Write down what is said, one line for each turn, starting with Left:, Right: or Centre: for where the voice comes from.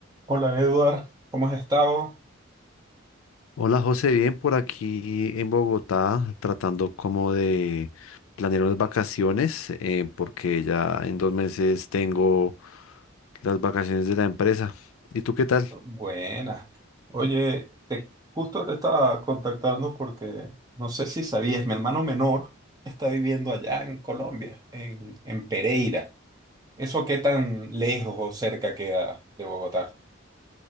Right: Hola Eduard, ¿cómo has estado?
Left: Hola José, bien por aquí en Bogotá, tratando como de planear unas vacaciones, eh, porque ya en dos meses tengo las vacaciones de la empresa. ¿Y tú qué tal?
Right: Buenas. Oye, te- justo te estaba contactando porque no sé si sabías, mi hermano menor está viviendo allá en Colombia, en, en Pereira. ¿Eso qué tan lejos o cerca queda de Bogotá?